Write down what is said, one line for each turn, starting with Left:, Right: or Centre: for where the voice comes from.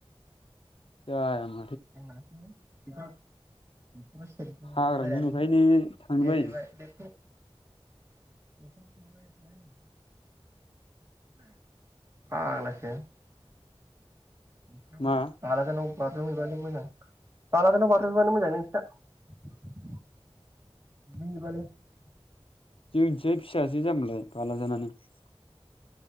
Left: द
Right: जोंनासो <unintelligible>
Left: हाग्रा गुदुखायनो थांनो
Right: <unintelligible>
Left: बायो
Right: <unintelligible> फाग्लासो नोंसिना मालाय
Left: मा
Right: बालाजानाव बाज्रुम हैबानो मोजां <unintelligible> बाज्रुमहैबानो मोजांलै नोंसिना <unintelligible>
Left: जोंनिथिंजाय फिसाजो जामोन लाय <unintelligible>